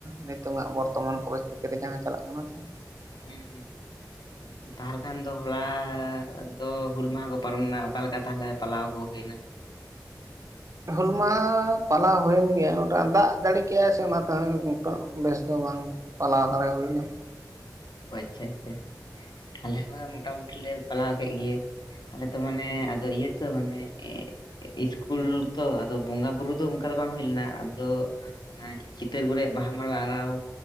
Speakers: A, on the right; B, on the left.
A: ᱱᱤᱛᱚᱝᱼᱟᱜ ᱵᱚᱨᱛᱚᱢᱟᱱ ᱯᱚᱨᱤᱥᱛᱷᱤᱛᱤ ᱨᱮ ᱡᱟᱦᱟᱸ ᱪᱟᱞᱟᱜ ᱠᱟᱱᱟ ᱥᱮ,
B: ᱦᱮᱸ ᱦᱮᱸ᱾
A: <inaudible>
B: ᱛᱟᱦᱚᱞᱮ ᱠᱷᱟᱱ ᱫᱚ ᱦᱚᱞᱟ ᱫᱚ ᱦᱩᱞ ᱢᱟᱦᱟ ᱠᱚ ᱯᱟᱨᱚᱢᱮᱱᱟ ᱚᱠᱟ ᱞᱮᱠᱟ ᱛᱟᱦᱚᱞᱮ ᱯᱟᱞᱟᱣ ᱠᱚ ᱦᱩᱭᱱᱟ?
A: ᱦᱩᱞ ᱢᱟᱦᱟ ᱯᱟᱞᱟᱣ ᱦᱩᱭᱮᱱ ᱜᱮᱭᱟ, ᱢᱚᱴᱟ ᱫᱟᱜ ᱡᱟᱲᱤ ᱠᱮᱜ-ᱟᱭ ᱥᱮ ᱚᱱᱟᱛᱮ ᱦᱚᱸ <unintelligible> ᱵᱮᱥ ᱫᱚ ᱵᱟᱝ᱾ ᱯᱟᱞᱟ ᱫᱟᱲᱮ ᱦᱩᱭᱱᱟ᱾
B: ᱚ ᱟᱪᱪᱷᱟ ᱟᱪᱪᱷᱟ ᱟᱞᱮ ᱦᱚᱸ ᱢᱚᱴᱟᱢᱩᱴᱤ ᱞᱮ ᱯᱟᱞᱟᱣ ᱠᱮᱫ ᱜᱮᱭᱟ᱾ ᱟᱞᱮ ᱫᱚ ᱢᱟᱱᱮ ᱟᱫᱚ ᱤᱭᱟᱹ ᱛᱚ ᱢᱟᱱᱮ ᱤᱥᱠᱩᱞ ᱛᱚ ᱟᱫᱚ ᱵᱚᱸᱜᱟ ᱵᱩᱨᱩ ᱫᱚ ᱚᱱᱠᱟ ᱫᱚ ᱵᱟᱝ ᱦᱩᱭ ᱞᱮᱱᱟ ᱟᱫᱚ ᱚᱱᱟ ᱪᱤᱛᱟᱹᱨ ᱠᱚᱨᱮᱜ ᱵᱟᱦᱟ ᱢᱟᱞᱟ ᱟᱨᱟᱣ,